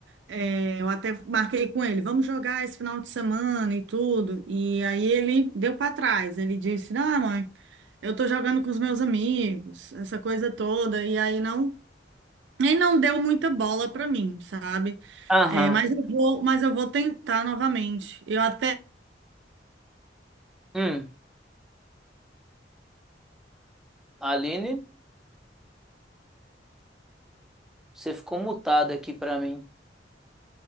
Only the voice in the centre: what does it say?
Aham.
Hum. Aline, você ficou mutada aqui pra mim.